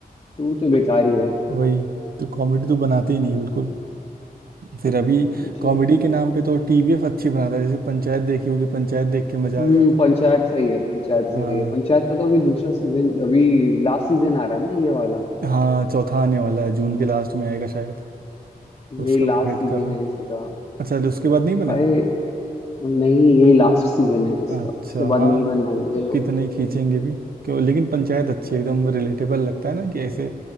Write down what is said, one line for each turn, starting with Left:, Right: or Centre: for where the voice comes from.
Left: टू तो बेकार ही है
Right: वही तो कॉमेडी तो बनाते ही नहीं है बिल्कुल फिर अभी
Left: अच्छा
Right: कॉमेडी के नाम पे तो टीवीएफ अच्छी बनाता है जैसे पंचायत देखी होगी पंचायत देख के मजा
Left: हम्म
Right: आ जाता है
Left: पंचायत सही है पंचायत सही
Right: हाँ
Left: है पंचायत का तो अभी दूसरा सीजन अभी लास्ट सीजन आ रहा है ना ये वाला
Right: हाँ चौथा आने वाला है जून के लास्ट में आएगा शायद तो
Left: ये
Right: उसका
Left: लास्ट
Right: भी वेट
Left: सीजन
Right: कर रहा
Left: है इसी का
Right: अच्छा तो उसके बाद नहीं बनाएंगे
Left: भाई नहीं ये लास्ट सीजन है इसका
Right: अच्छा
Left: इसके
Right: हाँ
Left: बाद नहीं
Right: मतलब
Left: बनाएंगे लोग
Right: कितने खींचेंगे भी क्यों लेकिन पंचायत अच्छी है एकदम रिलेटेबल लगता है ना कि ऐसे